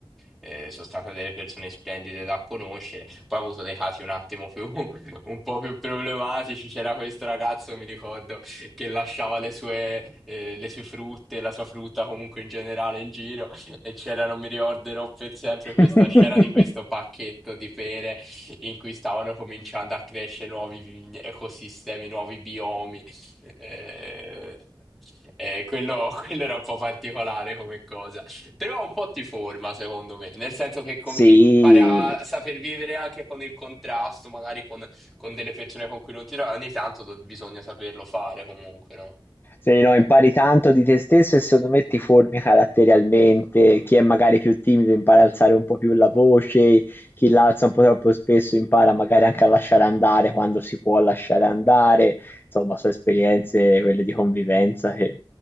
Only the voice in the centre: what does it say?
eh, sono state delle persone splendide da conoscere. Poi ho avuto dei casi un attimo più, <laughs> un po' più problematici. C'era questo ragazzo, mi ricordo, che lasciava le sue, eh, le sue frutte, la sua frutta comunque in generale in giro. E c'era, non mi ricorderò per sempre,
questa scena di questo pacchetto di pere in cui stavano cominciando a crescere nuovi vi- ecosistemi, nuovi biomi. Eh, eh, quello, <laughs> quello era un po' particolare come cosa. Però un po' ti forma, secondo me, nel senso che com-
impari a saper vivere anche con il contrasto, magari con, con delle persone con cui non ti trovi, ogni tanto do- bisogna saperlo fare comunque, no?